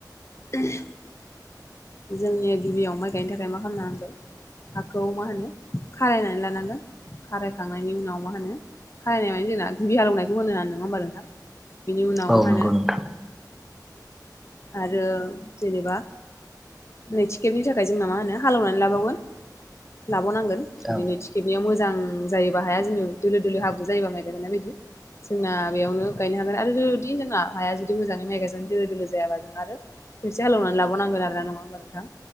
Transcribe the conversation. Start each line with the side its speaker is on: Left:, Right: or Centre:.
Left: आ <inaudible> जोंनिया गिबियाव माइ गायनो थाखाय मा खालामनो हांगोन हाखौ मा होनो खारायनानै लानांगोन। खारायखांनायनि उनाव मा होनो खारायनाय माने जोंना गिबि हालौवनायखौ होनो हा नङा होमबा नोंथां। बिनि उनाव
Centre: औ
Left: मा होनो
Centre: नंगौ नोंथां
Left: आरो जेनेबा नैथि खेबनि थाखाय जोंना मा होनो हालेवनानै लाबावगोन। लाबावनांगोन जुदि
Centre: औ
Left: नैथि खेबैाव मोजां जायोबा हाया जेन' दोलो -दोलो हाब्रु जायोबा माइ गायजानाय बायदि जोंना बेयावनो गायनो हागोन आरो जुदि जोंना हाया जुदि मोजाङै माइ गायजानो दोलो -दोलो खेबसे हालौवनानै लाबां नांगोन आरो नंया होमबाथ नोंथां।